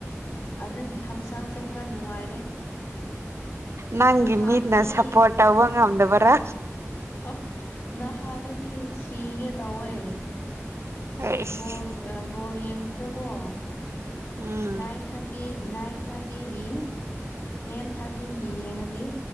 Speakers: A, on the left; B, on the right.
A: ꯑꯗꯨꯒꯤ ꯍꯛꯆꯥꯡꯁꯦ ꯈꯔ ꯅꯨꯡꯉꯥꯏꯔꯦ
B: ꯅꯪꯒꯤ
A: ꯅꯍꯥꯟꯗꯗꯤ
B: ꯃꯤꯅ ꯁꯞꯄꯣꯔꯠ ꯇꯧꯕ ꯉꯝꯗꯕꯔꯥ
A: ꯑꯣ ꯅꯍꯥꯗꯗꯤ ꯁꯤꯒꯦ ꯇꯧꯋꯦ
B: ꯑꯩꯁ
A: ꯕꯣꯜ ꯑ ꯕꯣꯜ ꯌꯦꯡꯕꯗꯀꯣ
B: ꯎꯝ
A: ꯅꯥꯏꯟ ꯊꯥꯔꯇꯤ ꯅꯥꯏꯟ ꯊꯥꯔꯇꯤꯒꯤ ꯇꯦꯟ ꯊꯥꯔꯇꯤꯒꯤ ꯌꯦꯡꯉꯗꯤ